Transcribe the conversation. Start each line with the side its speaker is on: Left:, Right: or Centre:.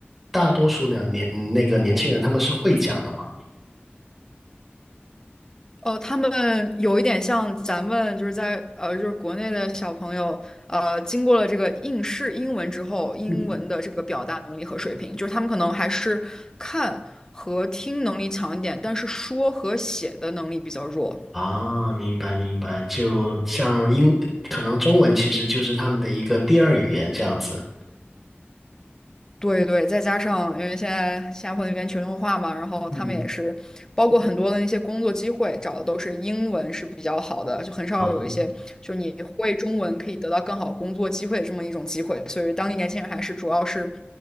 Centre: 大多数呢年嗯那个年轻人他们是会讲的嘛？
Left: 哦，他们有一点像咱们就是在呃，就是国内的小朋友，呃，经过了这个应试英文之后，英文的这个表达能力和水平，
Centre: 嗯，
Left: 就是他们可能还是看和听能力强一点，但是说和写的能力比较弱。
Centre: 啊，明白明白，就像英，可能中文其实就是他们的一个第二语言这样子。
Left: 对对，再加上因为现在新加坡那边全球化嘛，然后他们也是包括很多的那些工作机会找的都是英文是比较好的，
Centre: 嗯，
Left: 就很少有一些就你会中文可以得到更好工作机会这么一种机会，
Centre: 啊，
Left: 所以当地年轻人还是主要是，